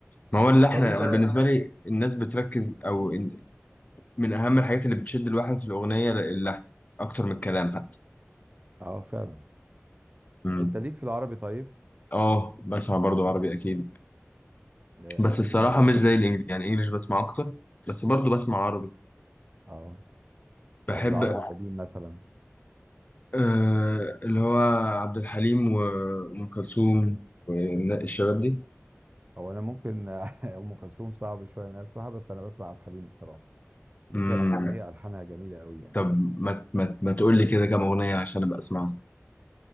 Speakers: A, on the left; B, on the right.
A: ما هو اللي احنا
B: طب انت
A: انا بالنسبه لي الناس بتركز او إن- من اهم الحاجات اللي بتشد الواحد في الاغنيه اللحن اكتر من الكلام حتى
B: اه فعلا
A: امم
B: انت ليك في العربي طيب
A: اه بسمع برضو عربي اكيد
B: لا
A: بس
B: قديم
A: الصراحه
B: ولا
A: مش
B: جديد
A: زي الانجليزي يعني انجليش بسمع اكتر بس برضو بسمع عربي
B: اه
A: بحب
B: طب العربي القديم مثلا
A: آه اللي هو عبد الحليم و- وام كلثوم والشباب دي
B: هو انا ممكن <laughs> ام كلثوم صعب شويه ان انا اسمعها بس انا بسمع عبد الحليم بصراحه ليه
A: امم
B: كام اغنيه الحانها جميله قوي يعني
A: طب ما ما ما تقول لي كده كام اغنيه عشان ابقى اسمعها